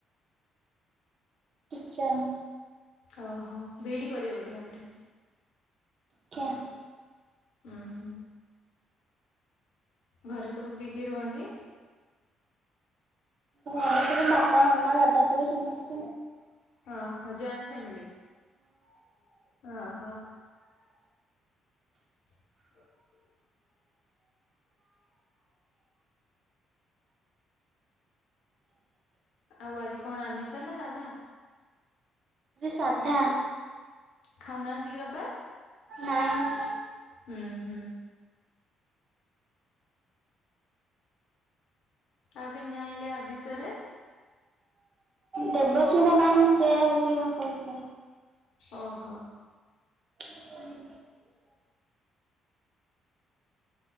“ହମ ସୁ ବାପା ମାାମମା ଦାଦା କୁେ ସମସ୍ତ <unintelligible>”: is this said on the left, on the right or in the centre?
Right